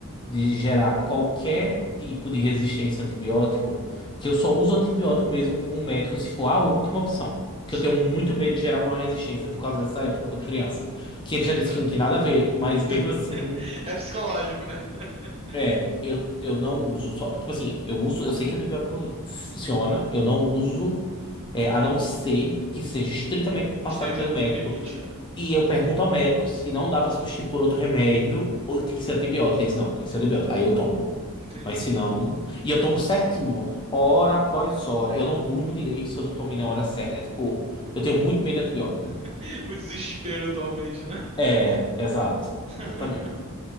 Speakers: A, on the left; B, on the right.
A: de gerar qualquer tipo de resistência a antibiótico, que eu só uso antibiótico mesmo com o médico se for a última opção. Porque
B: Sim,
A: eu tenho muito medo de gerar uma resistência por causa dessa época, quando criança. Que ele
B: é,
A: já
B: eu
A: disse
B: entendo.
A: que não tem nada a ver, mas
B: <laughs>
A: <laughs> mesmo assim,
B: É psicológico, né? <laughs>
A: é, eu, eu não uso só. Tipo assim, eu uso, eu sei que antibiótico funciona, eu não uso, é, a não ser que seja estritamente passado
B: Esteja
A: pelo
B: no
A: médico.
B: limite, né?
A: E eu pergunto ao médico se não dá pra substituir por outro remédio ou tem que ser antibiótico. Ele disse, não, tem que ser antibiótico. Aí eu tomo.
B: Entendi.
A: Mas se não. E eu tomo certinho, hora após hora. Eu não durmo direito se eu não tomei na hora certa. É tipo, eu tenho muito medo de antibiótico.
B: <laughs> O desespero atualmente, né?
A: É, exato.
B: <laughs>
A: Exatamente.